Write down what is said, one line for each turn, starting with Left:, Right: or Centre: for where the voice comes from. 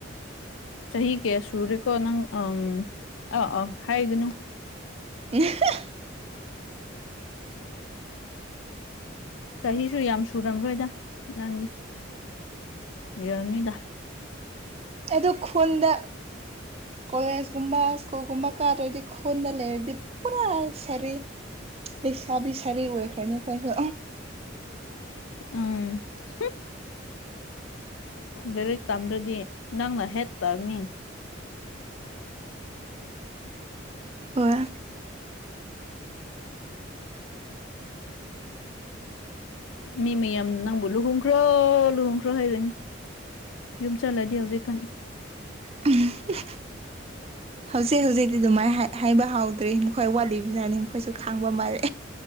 Left: ꯆꯍꯤ ꯀꯌꯥ ꯁꯨꯔꯦꯀꯣ ꯅꯪ ꯎ ꯑꯥ ꯑꯥ ꯍꯥꯏꯒꯅꯨ
Right: <unintelligible>
Left: ꯆꯍꯤꯁꯨ ꯌꯥꯝ ꯁꯨꯔꯝꯔꯣꯏꯗ ꯅꯪꯗꯤ ꯌꯥꯅꯤꯗ
Right: ꯑꯗꯨ ꯈꯨꯟꯗ ꯀꯣꯂꯦꯖꯀꯨꯝꯕ ꯁ꯭ꯀꯨꯜꯒꯨꯝꯕ ꯀꯥꯗ꯭ꯔꯗꯤ ꯈꯨꯟꯗ ꯂꯩꯔꯗꯤ ꯄꯨꯔꯥ ꯁꯔꯤ ꯂꯩꯁꯥꯕꯤ ꯁꯥꯔꯤ ꯑꯣꯏꯈ꯭ꯔꯅꯤ ꯑꯩ ꯈꯣꯏꯁꯨ
Left: ꯎꯪ ꯍꯨ ꯂꯥꯏꯔꯤꯛ ꯇꯝꯗ꯭ꯔꯗꯤ ꯅꯪꯅ ꯍꯦꯠ ꯇꯥꯅꯤ
Right: ꯍꯣꯢ
Left: <inaudible> ꯃꯤ ꯃꯌꯥꯝ ꯅꯪꯕꯨ ꯂꯨꯍꯣꯡꯈ꯭ꯔꯣ ꯂꯨꯍꯣꯡꯈ꯭ꯔꯣ ꯍꯥꯏꯔꯅꯤ ꯌꯨꯝ ꯆꯠꯂꯗꯤ ꯍꯧꯖꯤꯛꯀꯥꯟ
Right: ꯑꯝ ꯍꯨ ꯍꯧꯖꯤꯛ ꯍꯧꯖꯤꯛꯇꯤ ꯑꯗꯨꯃꯥꯏꯅ ꯍꯥꯏ ꯍꯥꯏꯕ ꯍꯧꯗ꯭ꯔꯤ ꯃꯈꯣꯏ ꯋꯥꯠꯂꯤꯕꯖꯥꯠꯅꯦ ꯃꯈꯣꯏꯁꯨ ꯈꯪꯕ ꯃꯥꯜꯂꯦ